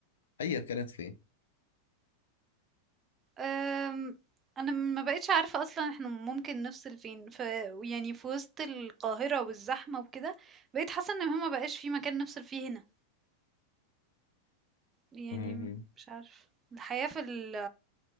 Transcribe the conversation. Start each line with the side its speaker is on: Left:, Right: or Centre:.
Left: ايا كانت فين
Right: أم، انا ما بقتش عارفه اصلا احنا ممكن نفصل فين في يعني في وسط القاهره والزحمه وكده بقيت حاسه ان هما بقاش في مكان نفصل فيه هنا يعني
Left: أمم،
Right: مش عارف الحياة في ال